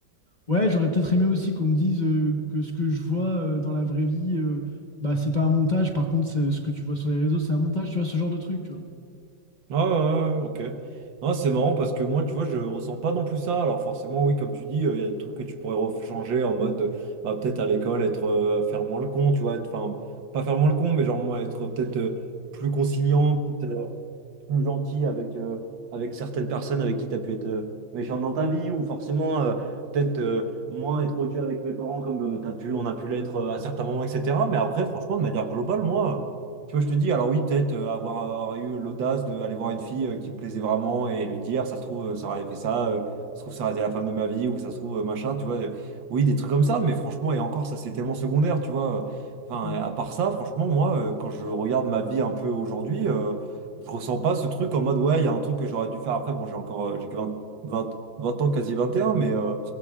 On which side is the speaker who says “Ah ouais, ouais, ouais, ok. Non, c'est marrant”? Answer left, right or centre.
Right